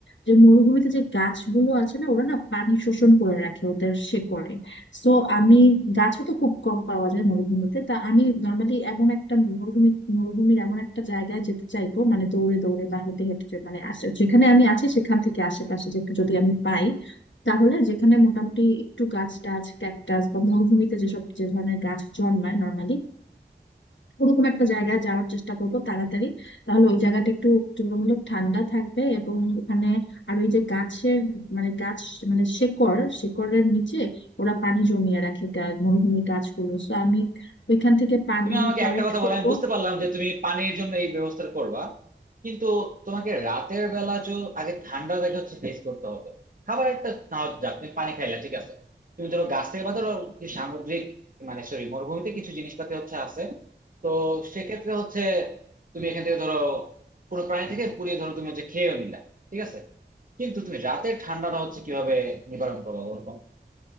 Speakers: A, on the left; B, on the right.
A: যে মরুভূমিতে যে গাছগুলো আছে না ওরা না পানি শোষণ করে রাখে ওদের শেকড়ে সো আমি গাছও তো খুব কম পাওয়া যায় মরুভূমিতে তা আমি নর্মালি এমন একটা মরুভূমি মরুভূমির এমন একটা জায়গায় যেতে চাইবো মানে দৌড়ে দৌড়ে বা হেঁটে হেঁটে যে- মানে আশে- যেখানে আমি আছি সেখান থেকে আশেপাশে যেটু যদি আমি পাই তাহলে যেখানে মোটামুটি একটু গাছ টাছ ক্যাকটাস বা মরুভূমিতে যেসব যে ধরনের গাছ জন্মায় নর্মালি ওরকম একটা জায়গায় যাওয়ার চেষ্টা করব তাড়াতাড়ি তাহলে ওই জায়গাটা একটু তুলনামূলক ঠান্ডা থাকবে এবং ওখানে আর ওই যে গাছের মানে গাছ মানে শেকড় শেকড়ের নিচে ওরা পানি জমিয়ে রাখে গা- মরুভূমির গাছগুলো তো আমি ওইখান থেকে পানি
B: তুমি আমাকে
A: কালেক্ট
B: একটা কথা বলো
A: করব
B: আমি বুঝতে পারলাম যে তুমি পানির জন্য এই ব্যবস্থা করবা কিন্তু তোমাকে রাতের বেলা চো আগে ঠান্ডা দেখে হচ্ছে ফেস করতে হবে খাবার একটা না হয় যাক তুমি পানি খাইলা ঠিক আছে তুমি ধরো গাছ থেকে বা ধরো কি সামুদ্রিক মানে সরি মরুভূমিতে কিছু জিনিসপাতি হচ্ছে আছে তো সেক্ষেত্রে হচ্ছে তুমি এখান থেকে ধরো কোনো প্রাণী থেকে পুড়িয়ে ধরো তুমি হচ্ছে খেয়েও নিলা ঠিক আছে কিন্তু তুমি রাতের ঠান্ডাটা হচ্ছে কিভাবে নিবারণ করবো বলো?